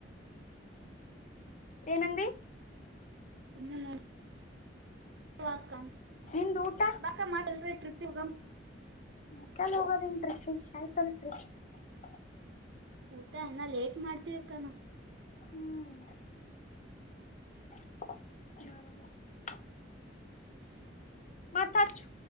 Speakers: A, on the left; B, on the right.
A: ಏನಂದೀ
B: ಸುಮ್ಮ <unintelligible> ಬಾಕ
A: ನಿಂದ್ ಊಟ
B: <unintelligible> ಮಾತಲ್ ಟ್ರಿಪ್ <unintelligible> <unintelligible>
A: ಮಕಲ್ಲ ಹೋಗೋದನ್ <unintelligible> ಆಯ್ತಲ್ಲ ಟ್ರಿಫ <unintelligible>
B: ಊಟ ಇನ್ನ ಲೇಟ್ ಮಾಡ್ತವಿಕ್ಕಾನ
A: ಹ್ಮ್ <unintelligible>
B: <inaudible>
A: ಮತ್ತೆ ಅಚ್ಚು